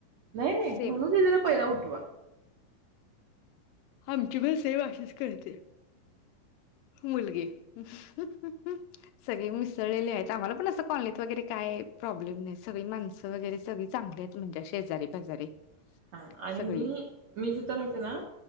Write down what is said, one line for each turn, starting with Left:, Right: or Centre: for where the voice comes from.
Right: नाही नाही
Left: सेम
Right: मनू दीदी ला पहिला उठवा.
Left: आमची पण सेम अशीच करत्या मुलगी ह ह ह ह सगळे मिसळलेले आहेत आम्हाला पण असं कॉलनीत वगैरे काय प्रॉब्लेम नाही सगळी माणसं वगैरे सगळी चांगली आहेत म्हणजे शेजारी पाजारी
Right: हा आणि
Left: सगळी
Right: मी मी जिथ राहते ना